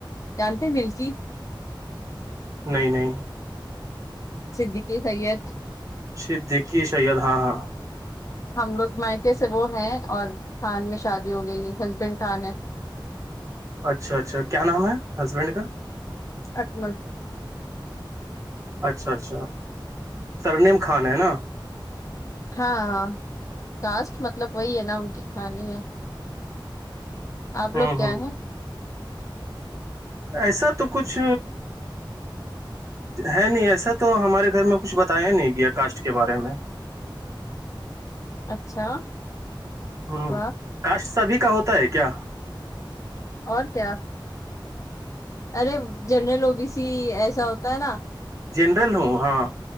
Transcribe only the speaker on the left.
جانتے ملتی
صدیقی سید
ہم لوگ مائکے سے وہ ہیں اور خان میں شادی ہو گئی ہسبینڈ خان ہے
اکمل
ہاں کاسٹ مطلب وہی ہے نا ان کے خان ہی ہے آپ
لوگ کیا
ہیں
اچھا
واہ
اور کیا ارے جنرل اوگی س ہی ایسا ہوتا ہے نا